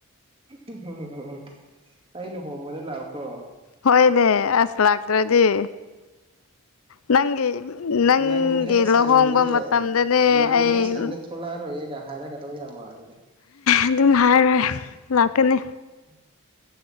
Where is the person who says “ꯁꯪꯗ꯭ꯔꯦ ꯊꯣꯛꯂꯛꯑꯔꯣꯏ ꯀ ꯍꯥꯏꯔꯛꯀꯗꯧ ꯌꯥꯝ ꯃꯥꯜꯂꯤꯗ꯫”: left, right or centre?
Right